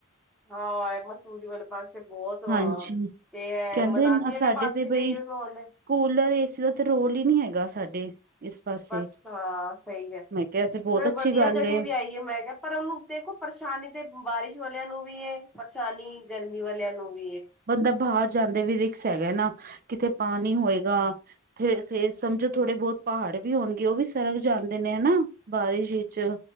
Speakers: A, in the centre; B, on the right.
A: ਹਾਂ ਏ ਮਸੂਰੀ ਵੱਲ ਪਾਸੇ ਬੋਤ ਓ
B: ਹਾਂਜੀ
A: ਆ ਤੇ
B: ਕਹਿੰਦੇ
A: ਮਨਾਲੀ ਵਾਲੇ
B: ਸਾਡੇ
A: ਪਾਸੇ
B: ਤੇ
A: ਵੀ
B: ਬਈ
A: ਆਈ ਹੋ ਮਾਹੌਲ ਐ।
B: ਕੂਲਰ ਏਸੀ ਦਾ ਤੇ ਰੋਲ ਈ ਦਾ ਨਈ ਹੈਗਾ ਸਾਡੇ ਇਸ ਪਾਸੇ
A: ਬਸ ਹਾਂ ਸਈ ਕੈਂਦੇ
B: ਮੈਂ ਕਿਹਾ ਤੇ ਬਹੁਤ
A: ਫਿਰ
B: ਅੱਛੀ
A: ਵਧੀਆ
B: ਗੱਲ
A: ਜਗ੍ਹਾ
B: ਏ
A: ਵਿਆਈ ਮੈਂ ਕਿਆ ਪਰ ਉਨੂੰ ਦੇਖੋ ਪਰੇਸ਼ਾਨੀ ਤੇ ਬਾਰਿਸ਼ ਵਾਲਿਆਂ ਨੂੰ ਵੀ ਐ। ਪਰੇਸ਼ਾਨੀ ਗਰਮੀ ਵਾਲਿਆਂ ਨੂੰ ਵੀ ਏ।
B: ਉੱਧਰ ਬਾਰ ਜਾਂਦੇ ਵੀ ਰਿਕਸ ਹੈਗਾ ਨਾ ਕਿਤੇ ਪਾਣੀ ਹੋਏਗਾ। ਫਿਰ-ਫਿਰ ਸਮਝੋ ਥੋੜ੍ਹੇ ਬੋਤ ਪਹਾੜ ਵੀ ਹੋਣਗੇ ਓ ਵੀ ਸਰਕ ਜਾਂਦੇ ਨੇ ਹਨਾ। ਬਾਰਿਸ਼ ਵਿਚ,